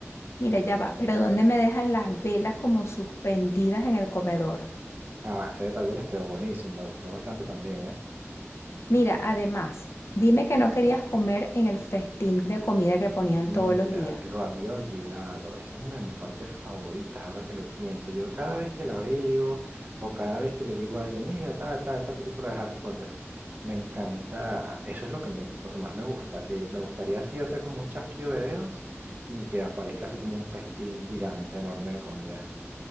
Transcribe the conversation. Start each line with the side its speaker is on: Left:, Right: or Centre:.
Left: Mira, ya va, pero ¿dónde me dejan las velas como suspendidas en el comedor?
Right: Ah, ese detalle les quedó buenísimo, me gustó bastante también, ¿eh?
Left: Mira, además, dime que no querías comer en el festín de comida que ponían
Right: Mira,
Left: todos los días.
Right: lo había olvidado. Esa es una de mis partes favoritas, ahora que lo pienso. Yo cada vez que la veo o cada vez que le digo a alguien, mira, ta, ta, esta película de Harry Potter, me encanta. Eso es lo que me, lo que más me gusta, que me gustaría así hacer como un chasquido de dedos y que aparezca así como un festín gigante, enorme de comida.